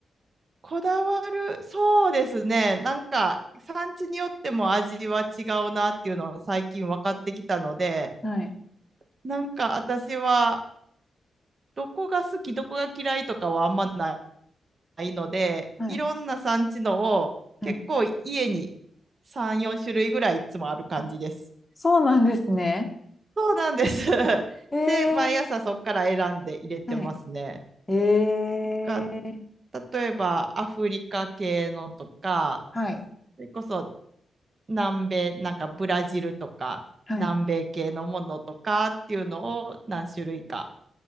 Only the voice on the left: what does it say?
はい。
はい。
はい。
あ、そうなんですね。
え
ー、はい。えー、
はい。
はい。